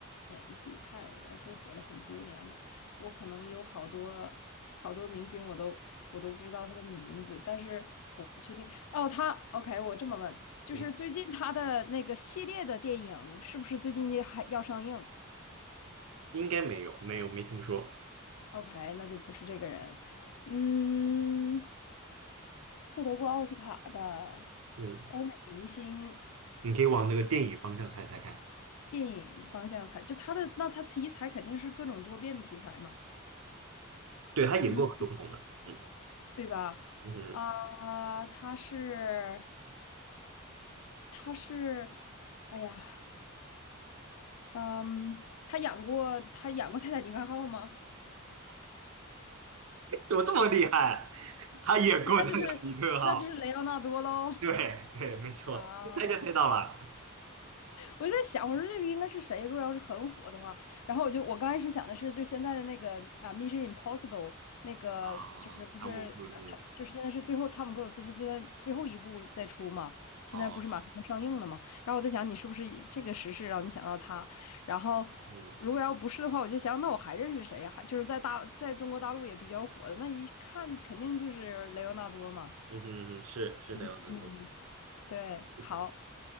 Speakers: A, on the left (about 80°); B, on the right (about 75°).
A: 演技派，而且火了很多年了。我可能有好多好多明星，我都我都不知道他的名字，但是我不确定。哦，他 OK，我这么问，就是最近他的那个系列的电影是不是最近也还要上映
B: 嗯，应该没有，没有，没听说。
A: ？OK，那就不是这个人。嗯，获得过奥斯卡的
B: 嗯，
A: 欧美明星。
B: 你可以往那个电影方向猜猜看。
A: 电影方向才，就他的，那他题材肯定是各种多变的题材嘛，
B: 对，他演过很多不同的。
A: 嗯，
B: 嗯
A: 对吧？
B: 嗯，
A: 啊、他是，他是，哎呀，嗯，他演过，他演过《泰坦尼克号》吗？
B: 怎么这么厉害？<laughs> 他演过的《尼克号》。
A: <laughs> 那就是，那就是雷奥纳多喽。
B: 对对，没错，
A: <laughs> 啊。
B: 一猜就猜到了。
A: 我就在想，我说这个应该是谁？如果要是很火的话，然后我就我刚开始想的是，就现在的那个啊，《Mission Impossible》那个就是不是啊他就是现在是最后汤姆克鲁斯他现在最后一部在出嘛，
B: 啊，汤姆·克鲁斯。
A: 现在不是马上要上映了嘛？
B: 哦，
A: 然后我在想，你是不是以这个时事让你想到他？然后如果要不是的话，
B: 嗯
A: 我就想，那我还认识谁呀？还就是在大在中国大陆也比较火的，那一看肯定就是雷欧纳多嘛。
B: 嗯哼，是是的，
A: 嗯嗯，
B: 有难度，
A: 对，
B: 是的，
A: 好。